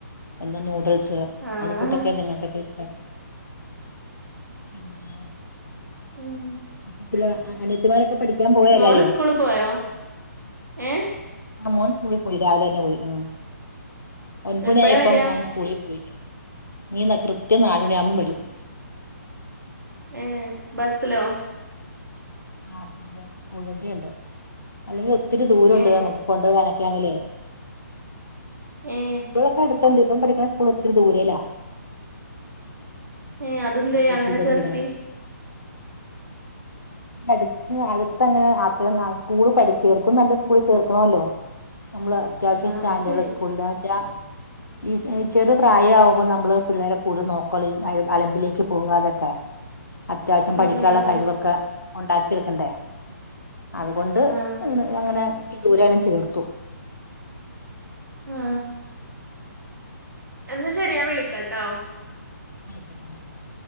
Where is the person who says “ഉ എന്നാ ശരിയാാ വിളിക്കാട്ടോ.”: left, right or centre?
Right